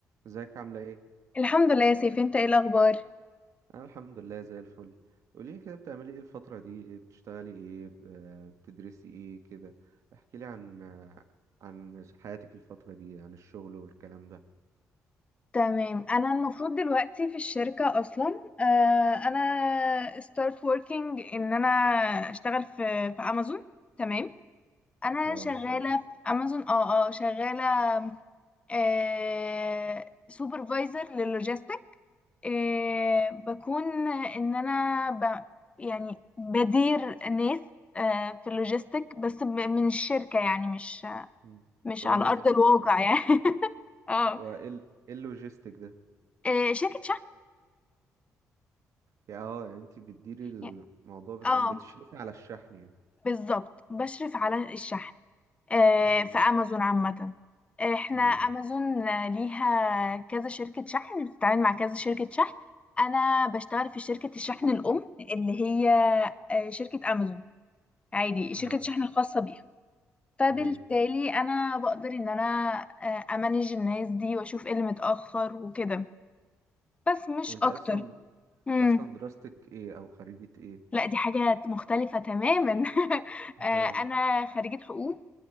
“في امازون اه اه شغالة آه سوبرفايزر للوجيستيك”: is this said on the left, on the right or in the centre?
Left